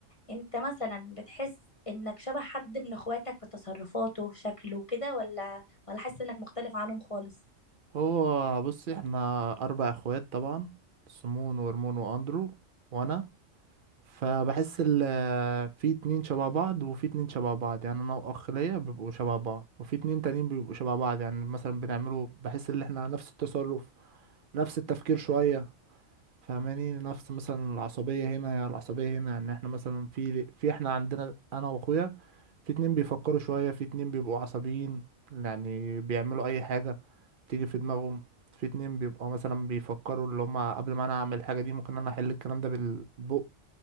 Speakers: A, on the left (about 30°); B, on the right (about 55°).
A: انت مثلا بتحس انك شبه حد من اخواتك في تصرفاته في شكله كده ولا ولا حاسس انك مختلف عنهم خالص
B: هو بص احنا اربع اخوات طبعا سمون ورمون واندرو وانا فبحس ال في اتنين شبه بعض وفي اتنين شبه بعض يعني انا واخ ليا بيبقوا شبه بعض وفي اتنين تانيين بيبقوا شبه بعض يعني مثلا بنعملوا بحس ان احنا نفس التصرف نفس التفكير شوية فاهماني نفس مثلا العصبية هنا يا العصبية هنا يعني احنا مثلا في في احنا عندنا انا واخويا في اتنين بيفكروا شوية في اتنين بيبقوا عصبيين يعني بيعملوا اي حاجة تيجي في دماغهم في اتنين بيبقوا مثلا بيفكروا اللي هما قبل ما انا اعمل الحاجة دي ممكن انا احل الكلام ده بالبق